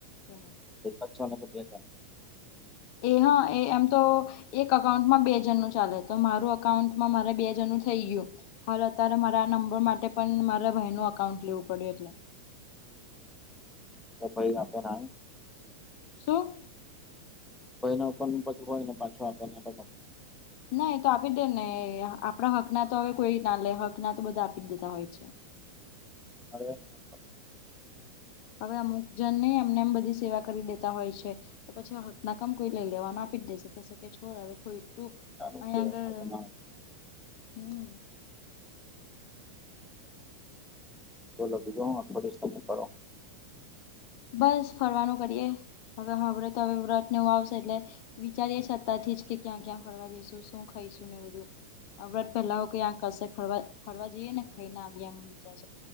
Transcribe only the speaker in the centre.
અચ્છા ન બેતા
તો ભાઈ આપેના.
ભાઈના ઓપન પછી હોયને પાછું આપે.
હળવે.
સારું
કેવાય
હા તમે
બોલો બીજું હ ફડીમે કરો?